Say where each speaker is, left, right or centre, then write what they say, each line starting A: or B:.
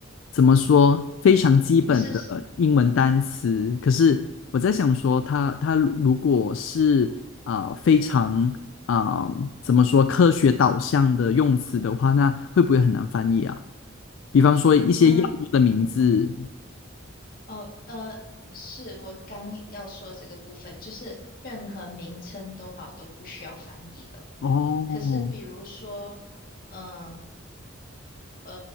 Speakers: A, on the left; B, on the left.
A: 怎么说，非常基本的英文单词，
B: 你是，
A: 可是我在想说它，它如果是啊、非常啊、怎么说科学导向的用词的话，那会不会很难翻译啊？比方说一些药物的名字，
B: 嗯、哦，呃，是我刚要说这个部分，就是任何名称都好，都不需要翻译的。
A: 哦，
B: 可是比如说，嗯呃，